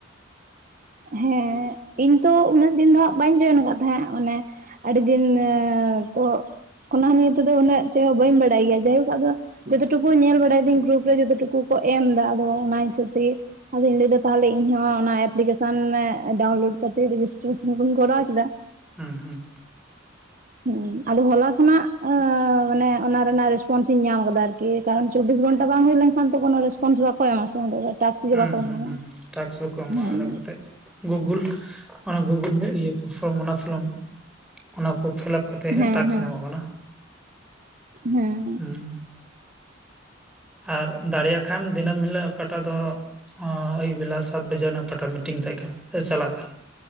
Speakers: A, on the right; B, in the centre.
A: ᱦᱮᱸ ᱤᱧ ᱛᱚ ᱩᱱᱟᱹᱜ ᱫᱤᱱ ᱫᱚ ᱦᱟᱸᱜ ᱵᱟᱹᱧ ᱡᱚᱭᱚᱱ ᱟᱠᱟᱫ ᱛᱟᱦᱮᱸᱜ ᱢᱟᱱᱮ ᱟᱹᱰᱤ ᱫᱤᱱ ᱛᱚ ᱚᱱᱟ ᱱᱤᱭᱮ ᱛᱮ ᱫᱚ ᱩᱱᱟᱹᱜ ᱪᱮᱫ ᱦᱚᱸ ᱵᱟᱹᱧ ᱵᱟᱲᱟᱭ ᱜᱮᱭᱟ ᱡᱟᱭᱦᱳᱠ ᱟᱫᱚ ᱡᱚᱛᱚ ᱴᱩᱠᱩ ᱧᱮᱞ ᱵᱟᱲᱟᱭ ᱫᱟᱹᱧ ᱜᱨᱩᱯ ᱨᱮ ᱡᱚᱛᱚ ᱴᱩᱠᱩ ᱠᱚ ᱮᱢ ᱮᱫᱟ ᱟᱫᱚ ᱚᱱᱟ ᱦᱤᱥᱟᱹᱵᱽ ᱛᱮᱜᱮ ᱟᱫᱚᱧ ᱞᱟᱹᱭ ᱮᱫᱟ ᱛᱟᱦᱚᱞᱮᱧ ᱤᱧ ᱦᱚᱸ ᱚᱱᱟ ᱮᱯᱞᱤᱠᱮᱥᱟᱱ ᱥᱟᱵ ᱢᱮ ᱰᱟᱣᱩᱱᱞᱳᱰ ᱠᱟᱛᱮ ᱨᱮᱡᱤᱥᱴᱨᱮᱥᱚᱱ ᱵᱚᱱ ᱠᱚᱨᱟᱣ ᱠᱮᱫᱟ
B: ᱦᱮᱸ ᱦᱮᱸ
A: ᱦᱩᱸ ᱟᱫᱚ ᱦᱚᱞᱟ ᱠᱷᱚᱱᱟᱜ ᱢᱟᱱᱮ ᱚᱱᱟ ᱨᱮᱱᱟᱜ ᱨᱮᱥᱯᱚᱱᱥ ᱤᱧ ᱧᱟᱢ ᱟᱠᱟᱫᱟ ᱟᱨᱠᱤ ᱠᱤ ᱠᱟᱨᱚᱱ ᱪᱚᱵᱵᱤᱥ ᱜᱚᱱᱴᱟ ᱵᱟᱝ ᱦᱩᱭ ᱞᱮᱱᱠᱷᱟᱱ ᱛᱚ ᱠᱚᱱ ᱨᱮᱥᱯᱚᱱᱥ ᱵᱟᱠᱚ ᱮᱢᱟ ᱥᱮ ᱚᱸᱰᱮ ᱫᱚ ᱴᱟᱠᱥ
B: ᱦᱩᱸ
A: ᱜᱮ ᱵᱟᱠᱚ ᱮᱢᱟᱢᱟ
B: ᱦᱩᱸ ᱦᱩᱸ ᱴᱨᱟᱹᱠᱥ ᱦᱚᱸᱠᱚ ᱮᱢᱚᱜ
A: ᱦᱮᱸ
B: ᱟᱞᱮ ᱠᱚᱛᱮᱜ ᱜᱩᱜᱩᱞ ᱚᱱᱟ ᱜᱩᱜᱩᱞ ᱛᱮ ᱤᱭᱟᱹ ᱯᱷᱚᱨᱚᱢ ᱚᱱᱟ ᱯᱷᱚᱨᱚᱢ ᱚᱱᱟ ᱠᱚ ᱯᱷᱤᱞᱟᱯ ᱠᱟᱛᱮᱼᱼ ᱛᱮᱦᱮᱸ
A: ᱦᱮᱸ
B: ᱴᱟᱠᱥ
A: ᱦᱮᱸ
B: ᱧᱟᱢᱚᱜ ᱠᱟᱱᱟ
A: ᱦᱮᱸ
B: ᱦᱩᱸ ᱟᱨ ᱫᱟᱲᱮᱭᱟᱜ ᱠᱷᱟᱱ ᱫᱤᱱᱟᱹᱢ ᱦᱤᱞᱳᱜ ᱚᱠᱟᱴᱟᱜ ᱫᱚ᱾ ᱟᱹᱭᱩᱵ ᱵᱮᱞᱟ ᱥᱟᱛ ᱵᱟᱡᱟᱜ ᱱᱟᱜ ᱚᱠᱟᱴᱟᱜ ᱢᱤᱴᱤᱝ ᱛᱟᱦᱮᱸ ᱠᱟᱱ ᱥᱮ ᱪᱟᱞᱟᱜ ᱠᱟᱱ